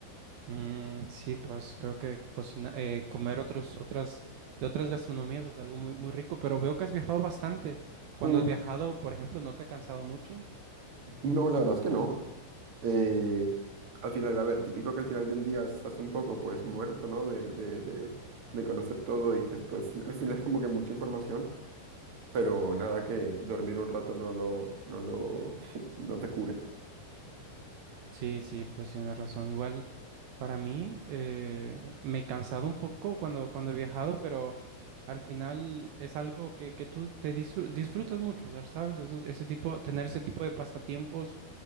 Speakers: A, on the right; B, on the right.
A: Mm, sí, pues creo que cocina, eh, comer otros, otras, de otras gastronomías es algo muy, muy rico, pero veo que has viajado bastante. Cuando
B: Mm,
A: has viajado, por ejemplo, ¿no te ha cansado mucho?
B: No, la verdad es que no. Eh, al final, a ver, típico que al final del día estás un poco pues muerto, ¿no? De, de, de, de conocer todo y que pues <laughs> al final es como que mucha información, pero nada que dormir un rato no lo, no lo, <laughs> no te cure.
A: Sí, sí, pues tienes razón. Igual para mí eh, me he cansado un poco cuando, cuando he viajado, pero al final es algo que, que tú te disfr- disfrutas mucho, o sea, ¿sabes? Eso- ese tipo, tener ese tipo de pasatiempos